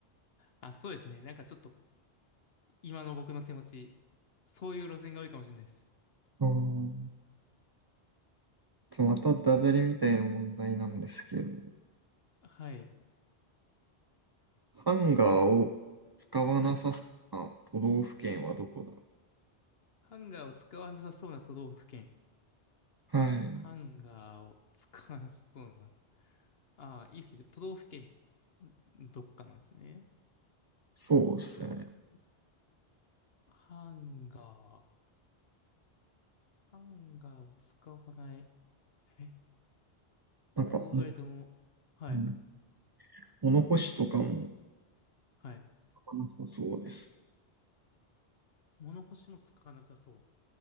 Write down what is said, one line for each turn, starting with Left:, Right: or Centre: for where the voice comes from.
Left: あ、そうですね。なんかちょっと今の僕の手持ち、そういう路線が多いかもしれないです。
Right: あー、じゃあまたダジャレみたいな問題なんですけど、
Left: はい。
Right: ハンガーを使わなさそうな都道府県はどこだ
Left: はい。ハンガーを使わなさそうな都道府県。
Right: はい。
Left: ハンガーを使わなさそうな。ああ、いいですね。都道府県のどっかなんですね。
Right: そうですね。
Left: うんハンガー。ハンガーを使わない。え、
Right: なんか、
Left: そう言われても、
Right: うん
Left: はい。
Right: うん物干しとかも
Left: はい。
Right: 使わなさそうです。
Left: 物干しも使わなさそ